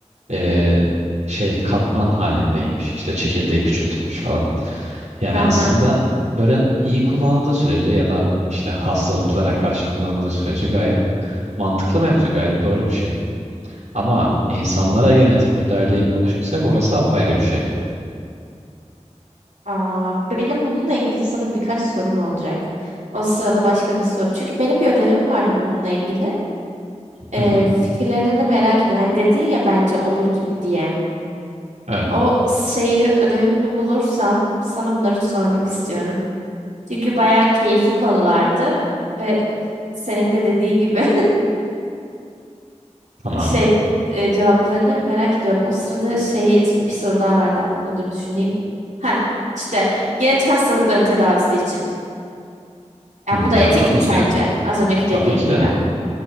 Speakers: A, on the right; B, on the right.
A: e, şey katman halindeymiş. İşte çekirdeği küçültülmüş falan. Yani
B: Hı
A: aslında
B: hı.
A: böyle iyi kullanıldığı sürece ya da işte hastalıklara karşı kullanıldığı sürece gayet mantıklı bence. Gayet doğru bir şey. Ama insanlara genetik müdahaleyi konuşursak orası apayrı bir şey.
B: Aa, benim bununla ilgili sana birkaç sorum olacak. O sırada başka bir soru. Çünkü benim bir ödevim vardı bununla ilgili. e,
A: Hı hı.
B: fikirlerini merak ediyorum. Hani dedin ya bence olur gibi diye.
A: Evet,
B: O şeyi ödevimi bulursam sana bunları sormak istiyorum. Çünkü bayağı keyifli konulardı ve senin de dediğin gibi <laughs>
A: tamam.
B: şey e, cevaplarını merak ediyorum. O sırada şeyi so- bir soru daha vardı aklımda dur düşüneyim. Ha işte genetik hastalıkların tedavisi için. Ya
A: Hı,
B: bu da
A: ya
B: etik
A: tabii
B: mi
A: ki
B: sence?
A: de.
B: Az önceki
A: E, tabii
B: dediğim
A: ki
B: gibi.
A: de.